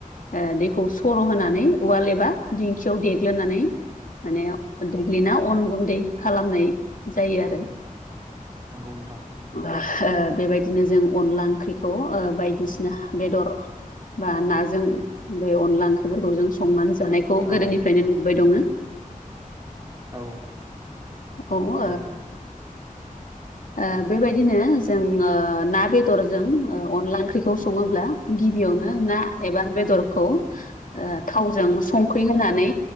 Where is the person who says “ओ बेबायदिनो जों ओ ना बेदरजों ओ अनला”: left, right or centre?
Left